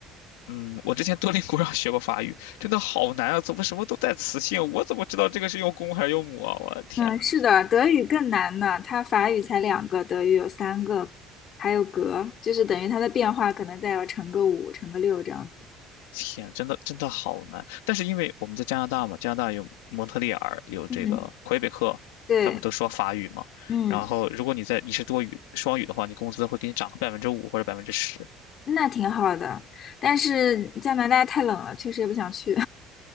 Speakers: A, on the left; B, on the left.
A: 嗯，我之前多邻国上学过法语，真的好难啊！怎么什么都带词性？我怎么知道这个是用公还是用母啊？我的天呐，
B: 嗯，是的，德语更难呢，它法语才两个，德语有三个，还有格，就是等于它的变化可能再要乘个五、乘个六这样子。
A: 天，真的真的好难。但是因为我们在加拿大嘛，加拿大有蒙特利尔，有这个魁北克，
B: 嗯，对，
A: 他们都说法语嘛。
B: 嗯，
A: 然后如果你在你是多语双语的话，你工资会给你涨个百分之五或者百分之十。
B: 那挺好的，但是加拿大太冷了，确实也不想去，